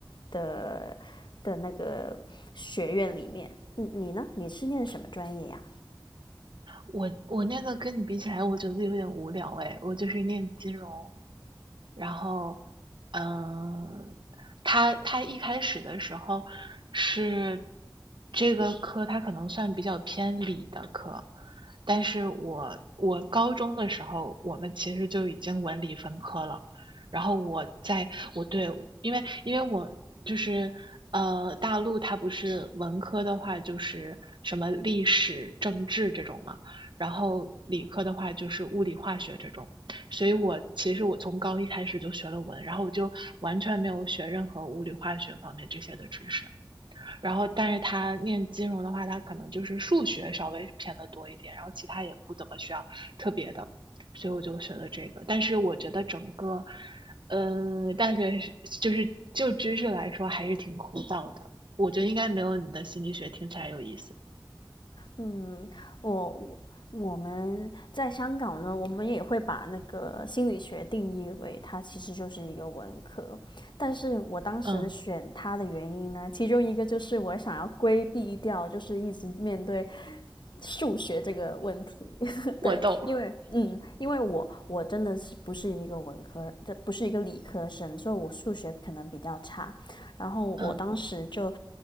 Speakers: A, on the left (about 70°); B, on the right (about 75°).
A: 的的那个学院里面。你你呢？你是念什么专业呀、
B: 我我那个跟你比起来，我觉得有点无聊哎，我就是念金融，然后，嗯，他他一开始的时候是这个科，他可能算比较偏理的科，但是我我高中的时候，我们其实就已经文理分科了。然后我在我对，因为因为我就是呃，大陆它不是文科的话就是什么历史、政治这种嘛，然后理科的话就是物理、化学这种。所以我其实我从高一开始就学了文，然后我就完全没有学任何物理、化学方面这些的知识。然后，但是他念金融的话，他可能就是数学稍微偏的多一点，然后其他也不怎么需要特别的，所以我就学了这个。但是我觉得整个，嗯，呃大学是就是就知识来说还是挺枯燥的，我觉得应该没有你的心理学听起来有意思。
A: 嗯，我我我们在香港呢，我们也会把那个心理学定义为它其实就是一个文科，但是我当时选它的原因呢，
B: 嗯，
A: 其中一个就是我想要规避掉，就是一直面对数学这个问题，<laughs>
B: 我懂。
A: 对，因为嗯，因为我我真的是不是一个文科，这不是一个理科生，所以我数学可能比较差，然后我当时就
B: 嗯，